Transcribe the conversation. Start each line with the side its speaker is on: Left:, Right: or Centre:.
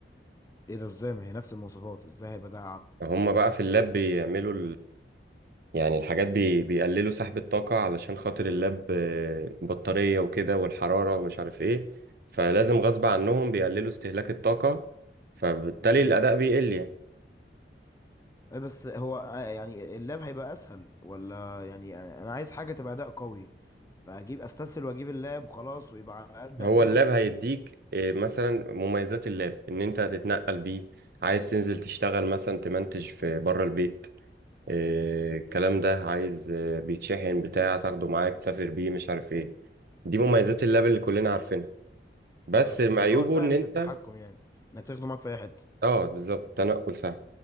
Left: ايه ده ازاي ما هي نفس المواصفات ازاي هيبقى ده
Right: هما بقى في اللاب بيعملوا يعني الحاجات بي... بيقللوا سحب الطاقة علشان خاطر اللاب آه، بطارية وكده والحرارة ومش عارف ايه فلازم غصب عنهم بيقللوا استهلاك الطاقة فبالتالي
Left: اعلى
Right: الأداء بيقل يعني
Left: إيه بس هو آه، يعني اللاب هيبقى اسهل ولا يعني انا عايز حاجه تبقى اداء قوي فاجيب استسهل واجيب اللاب وخلاص ويبقى على قد
Right: هو
Left: اداؤه
Right: اللاب هيديك آه، مثلا مميزات اللاب إن أنت هتتنقل بيه عايز تنزل تشتغل مثلا تمنتج في بره البيت آه، الكلام ده عايز آه، بيتشحن بتاع تاخده معاك تسافر بيه مش عارف ايه دي مميزات اللاب اللي كلنا عارفينها بس
Left: اه
Right: عيوبه
Left: ان هو سهل
Right: إن أنت
Left: في التحكم يعني انك تاخده معاك في اي حته
Right: اه بالظبط تنقل سهل